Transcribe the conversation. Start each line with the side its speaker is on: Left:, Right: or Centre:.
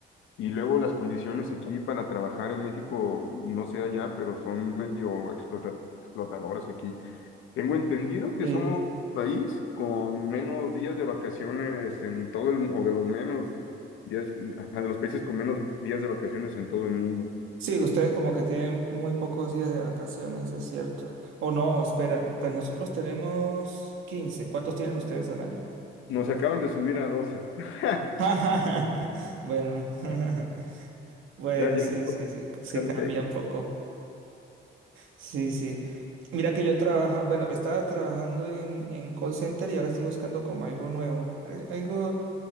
Left: y luego las condiciones aquí para trabajar en México, no sé allá, pero son medio explota- explotadoras aquí. Tengo entendido que
Right: Sí,
Left: somos país con menos días de vacaciones en todo el mundo, o de los menos días, ajá, de los países con menos días de vacaciones en todo el mundo.
Right: sí, ustedes como que tienen muy pocos días de vacaciones, es cierto. O no, esperan, pues nosotros tenemos 15. ¿Cuántos tienen ustedes al año?
Left: Nos acaban de subir a doce. <laughs>
Right: <laughs> Bueno, <laughs> bueno,
Left: Ya, ya.
Right: sí, sí, sí, sí
Left: eran
Right: cambia
Left: seis.
Right: un poco. Sí, sí. Mira que yo trabaja, bueno, estaba trabajando en, en call center y ahora estoy buscando como algo nuevo, al- algo